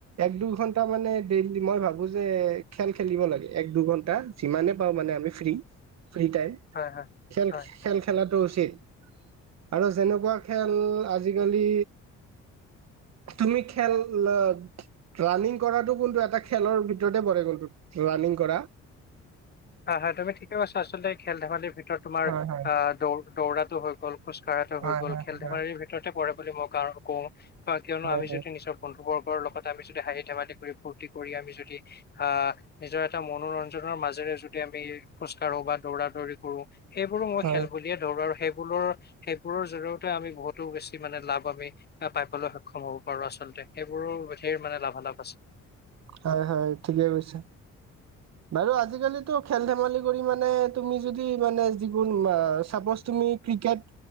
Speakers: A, on the right (about 60°); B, on the left (about 35°).
A: এক দুইঘন্টা মানে ডেইলি মই ভাবো যে খেল খেলিব লাগে এক দুঘণ্টা যিমানে পাওঁ মানে আমি ফ্ৰী। ফ্ৰী টাইম
B: হয় হয়
A: খেল
B: হয়
A: খেল খেলাত উচিত আৰু যেনেকুৱা খেল আজিকালি তুমি খেল আ, ৰাণিং কৰাটো কিন্ত এটা খেলৰ ভিতৰতে পৰে কন্তু ৰানিং কৰা।
B: হয়, হয়, তুমি ঠিকে কৈছা আচলতে খেল ধেমালিৰ ভিতৰত তোমাৰ
A: হয় হয়
B: আ, দৌ দৌৰাটো হল গল খোজ কঢ়াটো
A: হয়
B: হৈ গ'ল,
A: হয়
B: খেল
A: হয়
B: ধেমালিৰ ভিতৰতে পৰে বুলি মই কাৰণ কওঁ। কিয়নো
A: হয়
B: আমি যদি নিজৰ বন্ধু বৰ্গ লগত আমি যদি হাঁহি ধেমালি কৰি, ফূৰ্তি কৰি, আমি যদি আ, নিজৰ এটা মনোৰঞ্জনৰ মাজেৰে যদি আমি খোজ কঢ়ো বা দৌৰা দৌৰি কৰো সেইবোৰো মই
A: হয়
B: খেল বুলিয়ে ধৰো আৰু সেই সেইবোৰৰ সেইবোৰৰ জৰিয়তে আমি বহুতো বেছি মানে লাভ আমি পাইবলৈ সক্ষম হ'ব পাৰো আচলতে। সেইবোৰো ধেৰ মানে লাভালাভ আছে।
A: হয়, হয়, ঠিকেই কৈছা। বাৰু আজিকালিটো খেল ধেমালি কৰি মানে তুমি যদি মানে জীৱন ছাপ'জ তুমি ক্ৰিকেট।